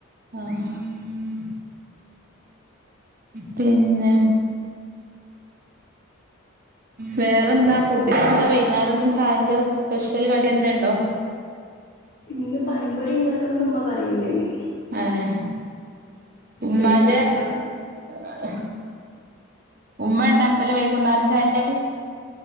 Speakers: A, on the right (about 45°); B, on the left (about 45°).
A: ആഹ് പിന്നെ വേറെന്താ ഫുഡിനെഎന്താ വെയ്ന്നേരം ഇന്ന് ചായെന്റെ സ്പെഷ്യൽ കടി എന്തേണ്ടോ?
B: ഇന്ന് പഴംപൊരി ഇണ്ടാക്കണം ഇമ്മ പറയ് ഇണ്ടെയ്നു.
A: ഏഹ് ഉമ്മാന്റെ
B: ചെലപ്പോ അത് ഇണ്ടാക്കും
A: ഏഹ്, ഉമ്മേ ഉണ്ടാക്കല് വെയ്കുന്നേരം ചായെന്റെ കടി?